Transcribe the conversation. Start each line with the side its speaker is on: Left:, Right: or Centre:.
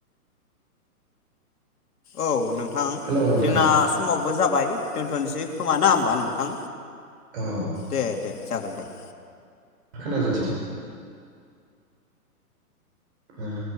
Left: औ नों थां
Right: हेलौ नोंथां
Left: जोंना समावबो जाबाय बाय दोन्थनसै खोमा ना होमबा नोंथां?
Right: औ
Left: दे दे जागोन दे।
Right: खोनाजोब <unintelligible> उम।